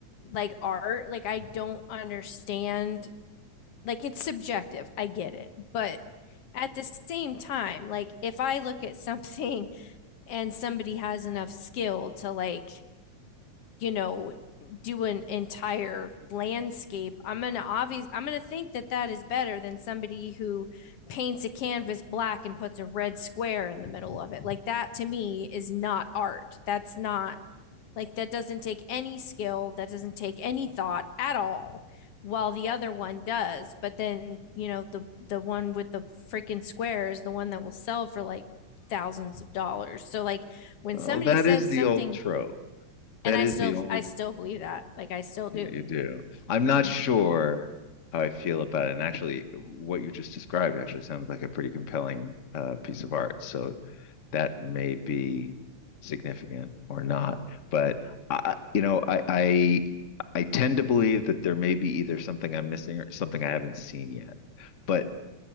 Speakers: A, on the left; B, on the left.
A: like art. Like I don't understand like it's subjective. I get it. But at the same time, like if I look at something and somebody has enough skill to like, you know, do an entire landscape, I'm gonna obvious I'm gonna think that that is better than somebody who paints a canvas black and puts a red square in the middle of it. Like that to me is not art. That's not like that doesn't take any skill, that doesn't take any thought at all, while the other one does. But then, you know, the the one with the freaking square is the one that will sell for like thousands of dollars. So like when
B: Well,
A: somebody
B: that
A: says
B: is
A: something
B: the old trope. That
A: and I
B: is
A: still
B: the old
A: I still believe that. Like I still do.
B: You, you do. I'm not
A: Mhm.
B: sure how I feel about it. And actually, what you just described actually sounded like a pretty compelling uh, piece of art. So that may be significant or not. But I, you know, I, I I tend to believe that there may be either something I'm missing or something I haven't seen yet. But